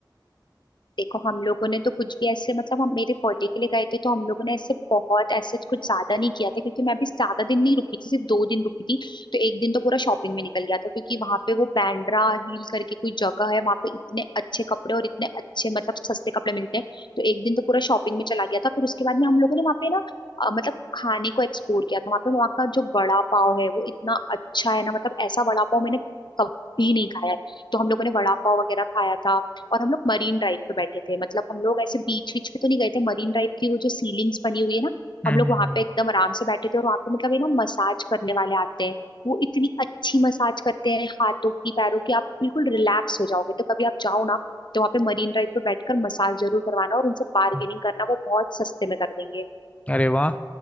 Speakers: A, on the left (about 75°); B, on the left (about 15°).
A: देखो हम लोगों ने तो कुछ भी ऐसे मतलब हम मेरे बर्थडे के लिए गए थे तो हम लोगों ने ऐसे बहुत ऐसे कुछ ज्यादा नहीं किया था क्योंकि मैं भी ज्यादा दिन नहीं रुकी थी सिर्फ दो दिन रुकी थी तो एक दिन तो पूरा शॉपिंग में निकल गया था क्योंकि वहां पे वो बैंड्रा हिल करके कोई जगह है वहां पे इतने अच्छे कपड़े और इतने अच्छे मतलब सस्ते कपड़े मिलते हैं तो एक दिन तो पूरा शॉपिंग में चला गया था फिर उसके बाद में हम लोगों ने वहाँ पे ना अ, मतलब खाने को एक्सप्लोर किया था वहाँ पे वहाँ का जो वड़ा पाव है वो इतना अच्छा है ना मतलब ऐसा वड़ा पाव मैंने कभी नहीं खाया है तो हम लोगों ने वड़ा पाव वगैरह खाया था और हम लोग मरीन ड्राइव पे बैठे थे मतलब हम लोग ऐसे बीच बीच पे तो नहीं गए थे मरीन ड्राइव की वो जो सीलिंग्स बनी हुई है ना
B: हम्म
A: हम लोग
B: हम्म,
A: वहां
B: हम्म।
A: पे एकदम आराम से बैठे थे और वहां पे मतलब ये ना मसाज करने वाले आते हैं वो इतनी अच्छी मसाज करते हैं हाथों की पैरों की आप बिल्कुल रिलैक्स हो जाओगे तो कभी आप जाओ ना तो वहाँ पे मरीन ड्राइव पे बैठकर मसाज जरूर करवाना और उनसे बार्गेनिंग
B: हम्म।
A: करना वो बहुत सस्ते में कर देंगे
B: अरे वाह